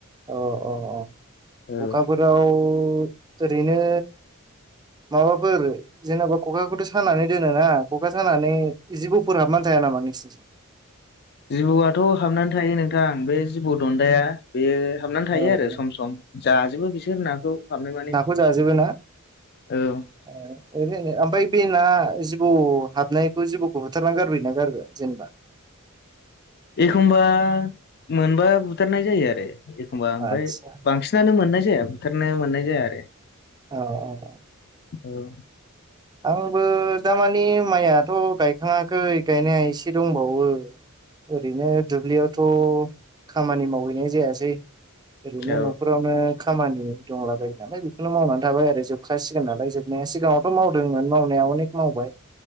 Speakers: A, on the right; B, on the left.
A: अ अ अ
B: औ
A: कखाफोराव ओरैनो माबाफोर जेन'बा खखाखौथ' सानानै दोनोना ख'खा सानानै जिबौफोर हाबनान थाया नामा नोंसोरनिथिं?
B: जिबौआथ' हाबनानै थायो नोंथां बे जिबौ दन्दाया बेयो हाबनानै थायो
A: औ
B: आरो सम सम जाजोबो बिसोर नाखौ हाबनो माने
A: नाखौ जाजोबो ना
B: औ
A: <unintelligible> ओरैनो ओमफ्राय बे ना जिबौ हाबनायखौ जिबौखौ होथारना गारबो ना गारबो जेनेबा
B: एखमबा मोनबा बुथारनाय जायो आरो एखमबा ओमफ्राय
A: आदसा
B: बांसिन ननानो मोननाय जाया बुथारनो मोननाय जाया आरो।
A: औ औ
B: औ
A: आंबो दामानि माइयाथ' गायखाङाखै गायनाया एसे दंबावो। ओरैनो दुब्लियावथ' खामानि मावहैनाय जायासै ओरैनो
B: औ
A: न'खराव। खामानि दंलाबायो नालाय बेखौनो मावनानै थाबाय आरो जोबखासिगोन नालाय जोबनाया सिगाङावथ' माव <unintelligible> मावनाय अने मावबाय